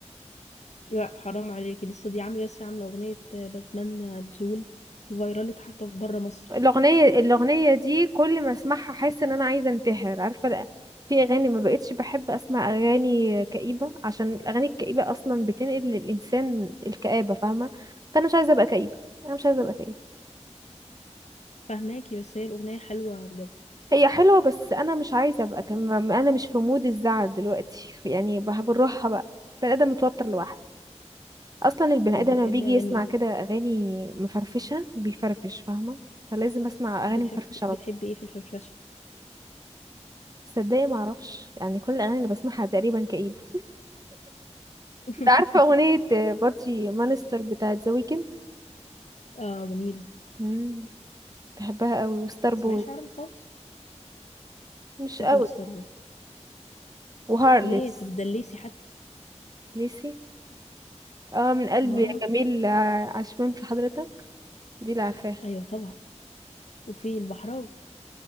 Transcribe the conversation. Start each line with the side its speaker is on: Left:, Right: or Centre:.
Left: لا حرام عليكي لسه دي عامله لسه عامله اغنيه آه، بتمنى تزول فايرالت حتى في بره مصر
Right: الأغنية الأغنية دي كل ما أسمعها أحس إن أنا عايزة أنتحر عارفة لأ في أغاني ما بقتش بحب أسمع أغاني كئيبة عشان الأغاني الكئيبة أصلا بتنقل للإنسان الكآبة فاهمة فأنا مش عايزة أبقى كئيبة أنا مش عايزة أبقى كئيبة
Left: فهماكي بس هي الاغنيه حلوه بجد
Right: هي حلوة بس أنا مش عايزة أبقى كم... أنا مش في مود الزعل دلوقتي يعني بح- بنروحها بقى البني آدم متوتر لوحده أصلا البني
Left: طب
Right: آدم
Left: بتحبي
Right: لما بيجي
Left: اغاني
Right: يسمع
Left: ايه
Right: كده أغاني مفرفشة بيفرفش فاهمة فلازم أسمع
Left: بتحب
Right: أغاني مفرفشة على
Left: بتحبي
Right: طول
Left: ايه في الفرفشه
Right: تصدقي ما اعرفش يعني كل الاغاني اللي بسمعها تقريبا كئيبه
Left: <laughs>
Right: انت عارفه اغنيه بارتي مانستر بتاعت ذا ويكند
Left: اه جميله
Right: امم بحبها قوي وستار
Left: تسمعيش
Right: بوي
Left: عربي خالص
Right: مش
Left: بحب
Right: قوي
Left: ستار بوي
Right: وهارلس
Left: ليه طب دليسي حتى
Right: ليسي اه من قلبي
Left: اه
Right: يا جميل ع- عشمان في حضرتك دي اللي عارفاها
Left: ايوه طبعا وفي البحراوي